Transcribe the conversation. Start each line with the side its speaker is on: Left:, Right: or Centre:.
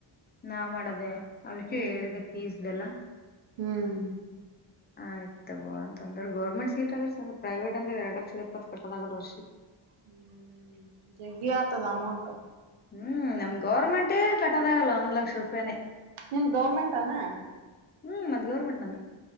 Left: ನಾ ಮಾಡದೆ. ಅದಿಕೆ
Right: ಹ್ಮ್ ಹ್ಮ್ ಹ್ಮ್
Left: ಹೇಳಿದೆ ಫೀಸ್ ಎಲ್ಲಾ.
Right: ಹ್ಮ್
Left: ಆ ಆಯ್ತ ಗೊ ಅಂತ ಅಂದ್ರೆ ಗೌರ್ಮೆಂಟ್ ಸೀಟ್ ಆದ್ರೆ ಸ ಪ್ರೈವೇಟ್ ಅಂದ್ರೆ ಎರಡ್ ಲಕ್ಷದ ಎಪ್ಪತ್ ಕಟ್ಟದಾಗಲ್ಲ ವರ್ಷಿ.
Right: ಹ್ಮ್ ಜಗಿಯತದ ಅಮೌಂಟ.
Left: ಹ್ಮ್ ನಮ್ ಗೌರ್ಮೆಂಟೇ ಕಟ್ಟೋದಾಗಲ್ಲ ಒಂದ್ ಲಕ್ಷ ರೂಪಾಯ್ನೇ.
Right: ನಿಮ್ ಗೌರ್ಮೆಂಟ್ ಅನಾ.
Left: ಹ್ಮ್ ಮದ್ ಗೌರ್ಮೆಂಟ್ ನಂದ.